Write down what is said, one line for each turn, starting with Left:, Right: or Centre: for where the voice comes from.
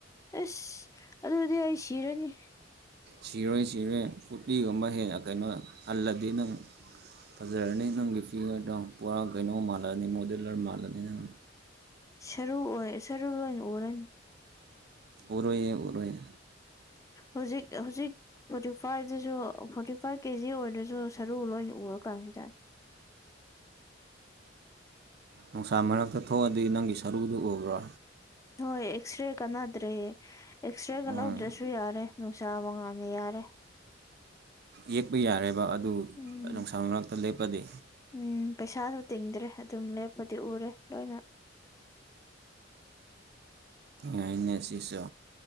Left: ꯑꯦꯁ ꯑꯗꯨꯗꯤ ꯑꯩ ꯁꯤꯔꯅꯤ
Right: ꯁꯤꯔꯣꯏ ꯁꯤꯔꯣꯏ ꯐꯣꯔꯇꯤꯒꯨꯝꯕ ꯍꯦ ꯀꯩꯅꯣ ꯍꯜꯂꯗꯤ ꯅꯪ ꯐꯖꯔꯅꯤ ꯅꯪꯒꯤ ꯐꯤꯒꯔꯗꯣ ꯄꯨꯔꯥ ꯀꯩꯅꯣ ꯃꯥꯜꯂꯅꯤ ꯃꯣꯗꯂꯔ ꯃꯥꯜꯂꯅꯤ ꯅꯪ
Left: ꯁꯥꯔꯨ ꯑꯣꯏ ꯁꯥꯔꯨ ꯂꯣꯏꯅ ꯑꯣꯜꯂꯅꯤ
Right: ꯎꯔꯣꯏꯌꯦ ꯎꯔꯣꯏꯌꯦ
Left: ꯍꯧꯖꯤꯛ ꯍꯧꯖꯤꯛ ꯐꯣꯔꯇꯤ ꯐꯥꯏꯚꯇꯥꯁꯨ ꯐꯣꯔꯇꯤ ꯐꯥꯏꯚ ꯀꯦꯖꯤ ꯑꯣꯏꯔꯁꯨ ꯁꯥꯔꯨ ꯂꯣꯏꯅ ꯎꯔꯀꯥꯟꯁꯤꯗ
Right: ꯅꯨꯡꯁꯥ ꯃꯔꯛꯇꯥ ꯊꯣꯛꯑꯗꯤ ꯅꯪꯒꯤ ꯁꯔꯨꯗꯨ ꯎꯕ꯭ꯔꯣ
Left: ꯍꯣꯏ ꯑꯦꯛꯁꯔꯦ ꯀꯥꯟꯅꯗ꯭ꯔꯦ ꯑꯦꯛꯁꯔꯦꯒ
Right: ꯎꯝ
Left: ꯂꯧꯗ꯭ꯔꯁꯨ ꯌꯥꯔꯦ ꯅꯨꯡꯁꯥ ꯃꯉꯥꯟꯅ ꯌꯥꯔꯦ
Right: ꯌꯦꯛꯄ ꯌꯥꯔꯦꯕ ꯑꯗꯨ
Left: ꯎꯝ
Right: ꯅꯨꯡꯁꯥ ꯃꯔꯛꯇꯥ ꯂꯦꯞꯄꯗꯤ
Left: ꯎꯝ ꯄꯩꯁꯥꯁꯨ ꯇꯤꯡꯗ꯭ꯔꯦ ꯑꯗꯨꯝ ꯂꯦꯞꯄꯗꯤ ꯎꯔꯦ ꯂꯣꯏꯅ
Right: ꯌꯥꯏꯅꯦ ꯁꯤꯁꯨ